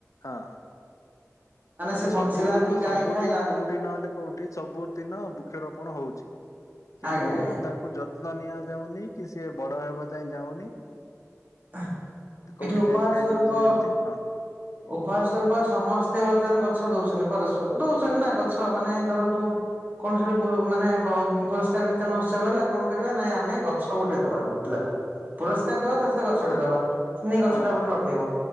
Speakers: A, on the left (about 75°); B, on the right (about 35°).
A: ହଁ। ମାନେ
B: ସେ
A: ସବୁଦିନ
B: ବଞ୍ଚିଲା କି ଗାଈ
A: ସବୁଠି
B: ଖାଇଲା
A: କୋଉଠି କୋଉଠି ନହେଲେ କୋଉଠି ସବୁ ଦିନ ବୃକ୍ଷରୋପଣ ହଉଛି କିନ୍ତୁ
B: ଆଜ୍ଞା ଆଜ୍ଞା
A: ତାକୁ ଯ ତ୍ନ ନିଆ ଯାଉନି, କି ସିଏ ବଡ ହେବା ଯାଏ ଯାଉନି।
B: <unintelligible>
A: କୋଉଠି
B: ଉପହାର
A: ଗାଈ ଖାଇଦଉଛି
B: ସ୍ୱରୂପ
A: ଯେମିତି ହଁ।
B: ଉପହାର ସ୍ୱରୂପ ସମସ୍ତେ ବର୍ତ୍ତମାନ ଗଛ ଦଉଛନ୍ତି ପରସ୍ପର କୁ ଦଉଛନ୍ତି ନା ଗଛ ମାନେ ଧରନ୍ତୁ କଣ ସେଠୁ ମାନେ ପୁରସ୍କାର ବିତରଣ ଉତ୍ସବ ହେଲା କଣ କରିବା ନାଇଁ ଆମେ ଗଛ ଗୋଟେ ଦବା ଲୁଟିଲାକୁ ପୁରସ୍କାର ଦବା ତା ସହିତ ଗଛଟେ
A: ହଁ
B: ଦବା ନେଇ ଗଛଟା
A: ହଁ ହଁ
B: ଗୋଟେ ଲଗେଇବ
A: ହଁ ହଁ